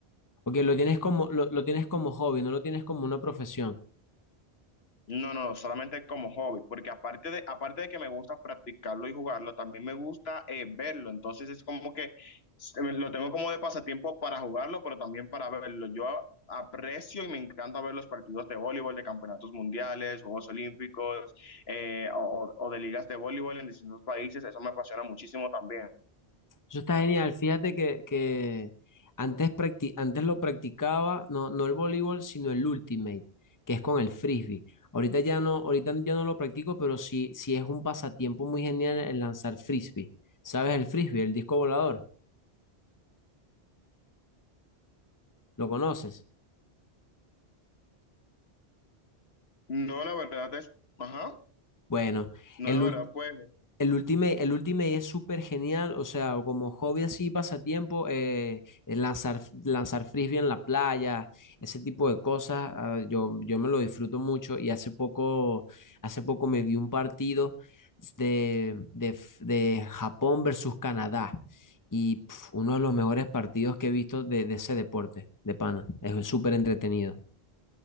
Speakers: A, on the left; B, on the left.
A: Porque lo tienes como, lo, lo tienes como hobby, no lo tienes como una profesión.
B: No, no, solamente como hobby, porque aparte de, aparte de que me gusta practicarlo y jugarlo, también me gusta eh, verlo. Entonces es como que se me- lo tengo como de pasatiempo para jugarlo, pero también para verlo. Yo a- aprecio y me encanta ver los partidos de voleibol, de campeonatos mundiales, Juegos Olímpicos, eh, o, o de ligas de voleibol en distintos países. Eso me apasiona muchísimo también.
A: Eso está genial. Fíjate que, que antes, practi- antes lo practicaba, no, no el voleibol, sino el ultimate, que es con el frisbee. Ahorita ya no, ahorita ya no lo practico, pero sí, sí es un pasatiempo muy genial el lanzar frisbee. ¿Sabes el frisbee, el disco volador? ¿Lo conoces?
B: No, la verdad es, ajá,
A: Bueno,
B: no,
A: el
B: la
A: ul-
B: verdad, pues.
A: El Ultimate, el Ultimate es súper genial, o sea, como hobby así, pasatiempo, eh, eh, lanzar, lanzar frisbee en la playa, ese tipo de cosas, ah, yo, yo me lo disfruto mucho y hace poco, hace poco me vi un partido de, de, f- de Japón versus Canadá y pf, uno de los mejores partidos que he visto de, de ese deporte, de pana, es súper entretenido.